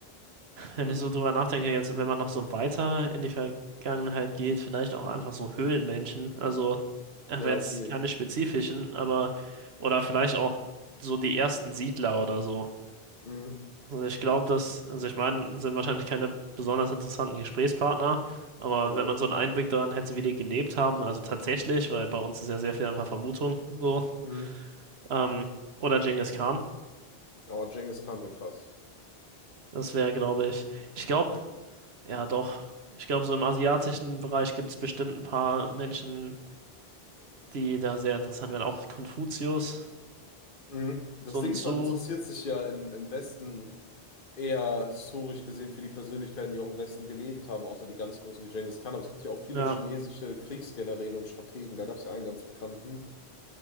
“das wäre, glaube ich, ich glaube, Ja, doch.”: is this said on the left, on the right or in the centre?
Right